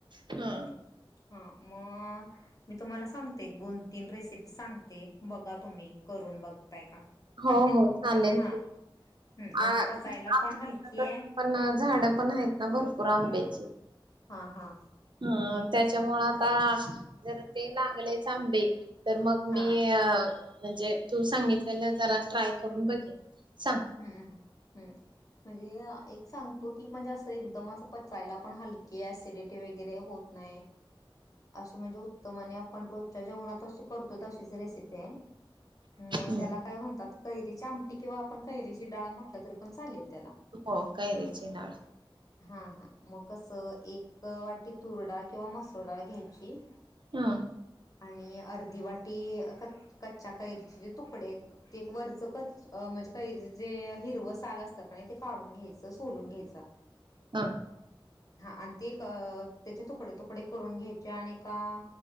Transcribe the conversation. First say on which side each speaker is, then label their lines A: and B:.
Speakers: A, on the right; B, on the left.
A: हा
B: हा मग मी तुम्हाला सांग एक दोन तीन रेसिपी सांगते बघा तुम्ही करून बघताय का
A: हो
B: आणि खूप
A: हो चालेल
B: म्हणजे हा हम्म म्हणजे
A: आ आमच्या
B: पचायला पण हलकी आहे
A: पण झाडं पण येत ना बर पुराम बेच
B: हां हां
A: हम् त्याच्यामुळं आता जर ते लागलेच आंबे तर मग
B: हां
A: मी म्हणजे तू सांगितलेला जरा ट्राय करून बघेन सांग
B: हम्मम हम्म म्हणजे एक सांगतो ती म्हणजे अस एकदम अस पचायला पण हलके सिडटेग वगैरे होत नाही असं म्हणजे उत्तम आणि आपण रोजच्या जेवणात अशी करतो अशीच रेसिपी आहे मग
A: हम्म
B: त्याला काय म्हणतात कैरीची आमटी किंवा आपण कैरीची डाळ म्हटलं तरी पण चालेल
A: हो कैरीची डाळ
B: हा हा कसं एक वाटी तूर डाळ किंवा मसूर डाळ घ्यायची
A: हा
B: आणि अर्धी वाटी कच कच्च्या कैरीचे जे तुकडे आहेत ते वरचं कच्च म्हणजे कैरीच जे हिरव साल असतं का नाही ते काढून घ्यायचं सोलून घ्यायच
A: हा
B: हा आणि ते अ त्याचे तुकडे तुकडे करून घ्यायचे आणि एका